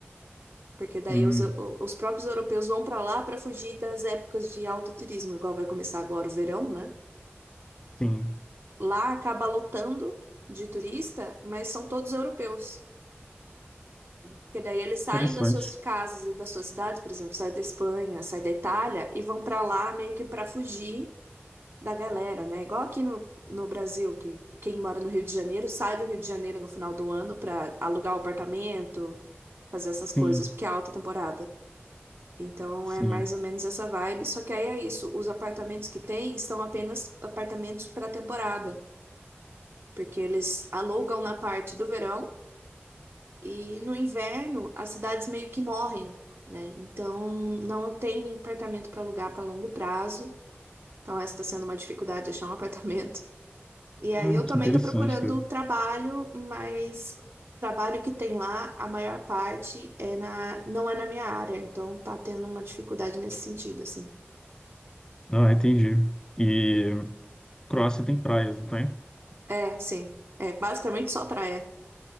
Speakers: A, on the right (about 60°); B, on the left (about 15°).
A: Porque daí
B: Hum,
A: os, o- os próprios europeus vão para lá para fugir das épocas de alto turismo, igual vai começar agora o verão, né?
B: sim,
A: Lá acaba lotando de turista, mas são todos europeus. Porque daí eles saem
B: interessante.
A: das suas casas e das suas cidades, por exemplo, saem da Espanha, saem da Itália e vão para lá meio que para fugir da galera, né? Igual aqui no, no Brasil, que quem mora no Rio de Janeiro sai do Rio de Janeiro no final do ano para alugar o apartamento, fazer essas coisas,
B: Sim,
A: porque é alta temporada. Então
B: sim.
A: é mais ou menos essa vibe. Só que aí é isso, os apartamentos que tem são apenas apartamentos para temporada, porque eles alugam na parte do verão e no inverno as cidades meio que morrem, né? Então não tem apartamento para alugar para longo prazo. Então essa está sendo uma dificuldade achar um <laughs> apartamento. E aí
B: Ah,
A: eu também
B: que interessante,
A: tô procurando
B: cara.
A: trabalho, mas trabalho que tem lá, a maior parte é na, não é na minha área, então tá tendo uma dificuldade nesse sentido, assim.
B: Ah, entendi. E Croácia tem praias, não tem?
A: É, sim. É, basicamente só praia.